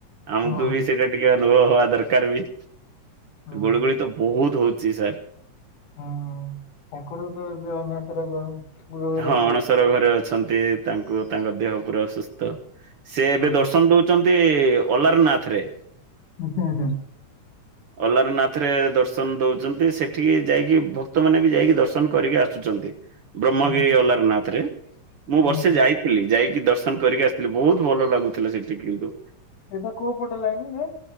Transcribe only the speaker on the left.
ହଁ।
ହଁ
ହୁଁ! ଠାକୁର ତ ଏବେ ଅନସର ଗୃହରେ
ଥିବେ।
ହଁ
ଆଚ୍ଛା ଆଚ୍ଛା।
ଓହୋ,
ହଁ
ସେଟା କଉ ପଟ ଲାଇନ୍ ହେ